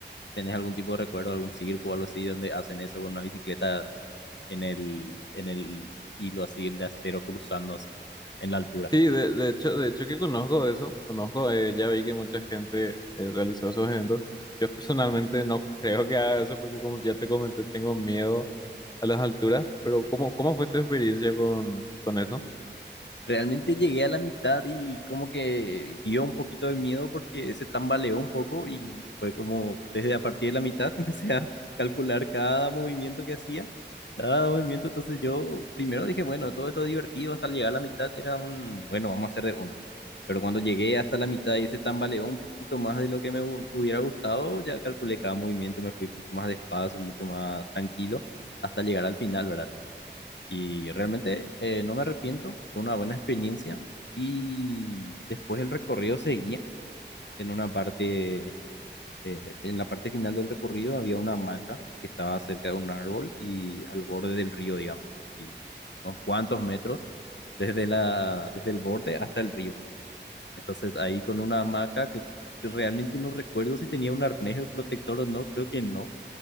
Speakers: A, on the left (about 70°); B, on the left (about 20°).
A: tenés algún tipo de recuerdo, algún circo o algo así donde hacen eso con una bicicleta en el, en el hilo así, el de acero cruzando así, en la altura.
B: Sí, de, de hecho, de hecho que conozco eso, conozco, eh, ya vi que mucha gente eh, realizó esos eventos. Yo personalmente no creo que haga eso porque como ya te comenté, tengo miedo a las alturas, pero ¿cómo, cómo fue tu experiencia con, con eso? <laughs>
A: Realmente llegué a la mitad y como que dio un poquito de miedo porque se tambaleó un poco y fue como desde a partir de la mitad <laughs> empecé a calcular cada movimiento que hacía, cada movimiento. Entonces yo primero dije, bueno, todo esto divertido hasta llegar a la mitad era un, bueno, vamos a hacer de uno. Pero cuando llegué hasta la mitad y se tambaleó un poquito más de lo que me hu- hubiera gustado, ya calculé cada movimiento, me fui mucho más despacio, mucho más tranquilo, hasta llegar al final, ¿verdad? Y realmente eh, no me arrepiento, fue una buena experiencia. Y después el recorrido seguía en una parte, eh, en la parte final del recorrido había una hamaca que estaba cerca de un árbol y al borde del río, digamos, y unos cuantos metros desde la, desde el borde hasta el río. Entonces ahí con una hamaca que que realmente no recuerdo si tenía un arnés o protector o no, creo que no.